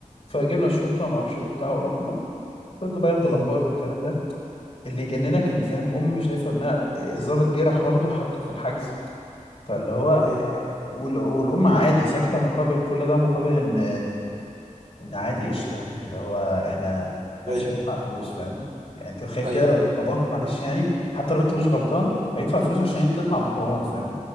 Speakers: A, on the left (about 45°); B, on the right (about 55°).
A: فجبنا الشرطة وما اعرفش ايه وبتاع ورحنا فضلوا بقى ياخدوا
B: امم
A: الاقوال والكلام ده اللي جننك ان فاهم ام شايفه ابنها الضابط جه راح واخده حطه في الحجز فاللي هو
B: امم
A: وال... والام عادي ساكته مقابل كل ده مقابل ان ان عادي قشطه يعني اللي هو احنا مش
B: ايوه
A: هندفع فلوس فاهم يعني انت تخيل
B: ايوه
A: كده لو
B: فاهم
A: باباك معلش يعني حتى لو انت مش غلطان هيدفع فلوس عشان انت تطلع من حوار فاهم